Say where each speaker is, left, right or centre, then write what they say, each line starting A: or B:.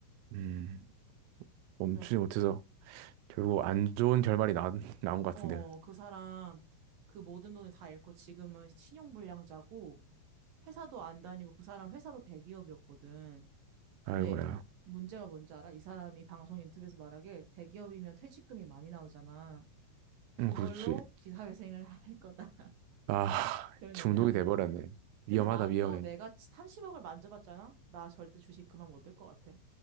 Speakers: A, on the right; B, on the right.
A: 음, 멈추지
B: 그래서
A: 못해서 결국 안 좋은 결말이 나, 나온 것
B: 어,
A: 같은데.
B: 그 사람 그 모든 돈을 다 잃고 지금은 신용불량자고 회사도 안 다니고 그 사람 회사도 대기업이었거든. 근데
A: 아이고야.
B: 문제가 뭔지 알아? 이 사람이 방송 인터뷰에서 말하길 대기업이면 퇴직금이 많이 나오잖아. 그걸로
A: 음, 그렇지.
B: 기사회생을 <laughs> 할 거다.
A: 아,
B: 그런
A: 중독이
B: 얘기를 하고
A: 돼버렸네.
B: 있더라. 근데
A: 위험하다,
B: 나도
A: 위험해.
B: 내가 30억을 만져봤잖아? 나 절대 주식 그만 못 들 것 같아.